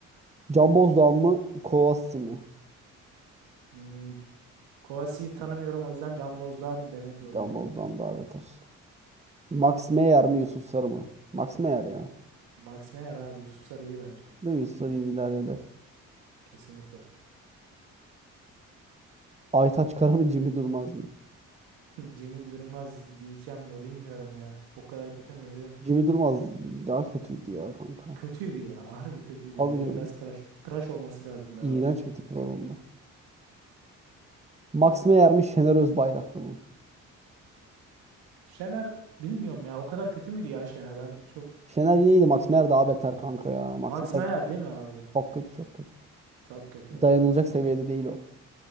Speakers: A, on the right (about 20°); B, on the right (about 80°).
A: Can Bozdoğan mı? Kovasi mi?
B: Hmm, Kovasi'yi tanımıyorum o yüzden Can Boz'dan demek zorundayım
A: Can Bozdoğan
B: biri.
A: daha beter. Max Meyer mi? Yusuf Sarı mı? Max Meyer ya.
B: Max Meyer abi Yusuf Sarı iyi bence.
A: Değil mi? Yusuf Sarı iyi idare eder.
B: Kesinlikle.
A: Aytaç Kara mı? Jimmy Durmaz mı?
B: <laughs> Cemil Durmaz diyeceğim de bilmiyorum ya. O kadar kötü müydü?
A: Jimmy Durmaz daha kötüydü ya kanka.
B: Kötüydü ya. Harbi kötüydü.
A: Tabii
B: Bir de
A: canım.
B: biraz tıraş, tıraş olması lazımdı
A: İğrenç
B: abi.
A: bir tipi var onun. da. Max Meyer mi Şener Özbayraklı mı?
B: Şener bilmiyorum ya. O kadar kötü müydü ya Şener? Ben çok...
A: Şener yine iyiydi. Max Meyer daha beter kanka ya. Max
B: Max
A: Meyer
B: Meyer değil mi abi?
A: çok kötü çok kötü.
B: Çok kötü ya.
A: Dayanılacak
B: Onu seçeceğim.
A: seviyede değil o.